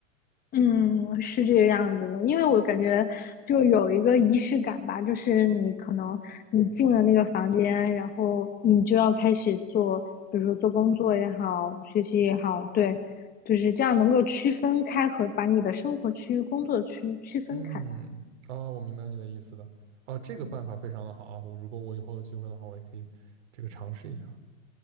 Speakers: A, on the left (about 25°); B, on the right (about 60°).
A: 嗯，是这个样子的，因为我感觉就有一个仪式感吧，就是你可能你进了那个房间，然后你就要开始做，比如说做工作也好，学习也好，对，就是这样能够区分开和把你的生活区、工作区区分开。
B: 嗯，啊，我明白你的意思的。啊，这个办法非常的好啊，我如果我以后有机会的话，我也可以这个尝试一下。